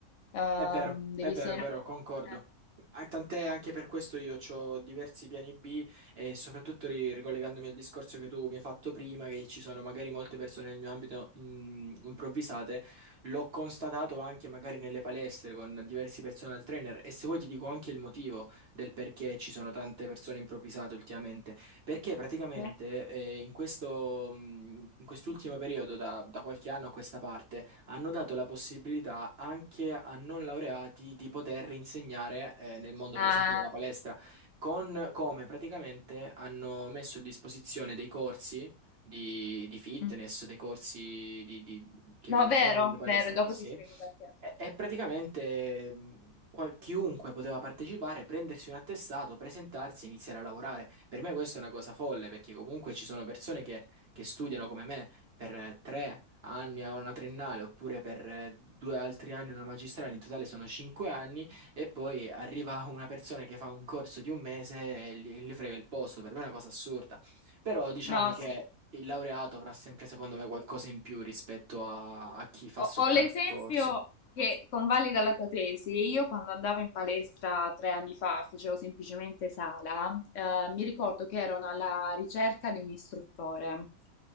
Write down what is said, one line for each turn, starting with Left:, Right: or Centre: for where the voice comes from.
Left: Ehm,
Right: È vero,
Left: devi
Right: è vero,
Left: sempre...
Right: è vero, concordo.
Left: eh,
Right: Ah, Tant'è anche per questo io ho diversi piani B e soprattutto ri- ricollegandomi al discorso che tu mi hai fatto prima, che ci sono magari molte persone nel mio ambito mm, improvvisate, l'ho constatato anche magari nelle palestre con diversi personal trainer e se vuoi ti dico anche il motivo del perché ci sono tante persone improvvisate ultimamente, perché praticamente
Left: cioè?
Right: eh, in questo, mm, in quest'ultimo periodo, da da qualche anno a questa parte, hanno dato la possibilità anche a non laureati di poter insegnare eh, nel mondo,
Left: Ah,
Right: per esempio, della palestra, con come praticamente hanno messo a disposizione dei corsi di, di fitness,
Left: mm.
Right: dei corsi di, di- chiamiamo-
Left: No, vero,
Right: chiamiamoli di palestra,
Left: vero, dopo
Right: sì,
Left: ti spiego perché.
Right: e e praticamente mh, qual- chiunque poteva partecipare, prendersi un attestato, presentarsi e iniziare a lavorare. Per me questa è una cosa folle, perché comunque ci sono persone che, che studiano come me per eh, tre anni a una triennale, oppure per eh, due altri anni a una magistrale, in totale sono cinque anni, e poi arriva una persona che fa un corso di un mese e gli, gli frega il posto. Per me è una cosa assurda. Però diciamo
Left: No,
Right: che
Left: sì.
Right: il laureato avrà sempre, secondo me, qualcosa in più rispetto a a chi fa
Left: Ho,
Right: soltanto
Left: ho l'esempio
Right: il corso.
Left: che convalida la tua tesi. Io quando andavo in palestra tre anni fa, facevo semplicemente sala, eh, mi ricordo che erano alla ricerca di un istruttore